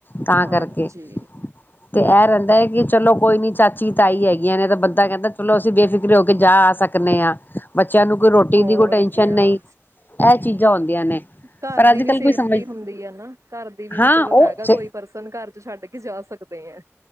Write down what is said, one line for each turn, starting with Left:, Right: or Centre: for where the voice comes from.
Left: ਤਾਂ
Right: ਹਾਂਜੀ
Left: ਕਰਕੇ। ਤੇ ਇਹ ਰਹਿੰਦਾ ਹੈ, ਕਿ ਚਲੋ ਕੋਈ ਨੀ ਚਾਚੀ, ਤਾਈ ਹੈਗੀਆਂ ਨੇ, ਤਾਂ ਬੰਦਾ ਕਹਿੰਦਾ ਚਲੋ, ਅਸੀਂ ਬੇਫਿਕਰ ਹੋ ਕੇ ਜਾ ਆ ਸਕਦੇ ਆ, ਬੱਚਿਆਂ ਨੂੰ ਕੋਈ ਰੋਟੀ
Right: ਹੋਰ
Left: ਦੀ ਕੋਈ ਟੈਨਸ਼ਨ
Right: ਕਿਆ
Left: ਨਹੀਂ। ਐ ਚੀਜ਼ਾਂ ਹੁੰਦੀਆਂ ਨੇ।
Right: ਘਰ
Left: ਪਰ ਅੱਜ
Right: ਦੀ ਵੀ
Left: ਕੱਲ
Right: ਸੇਫਟੀ
Left: ਕੋਈ ਸਮਝ
Right: ਹੁੰਦੀ ਆ ਨਾ, ਘਰ ਦੀ ਵੀ,
Left: ਹਾਂ
Right: ਵੀ ਚਲੋ
Left: ਉਹ
Right: ਹੈਗਾ ਕੋਈ ਪਰਸਨ ਘਰ। ਤੇ ਛੱਡ ਕੇ ਜਾ ਸਕਦੇ ਆ।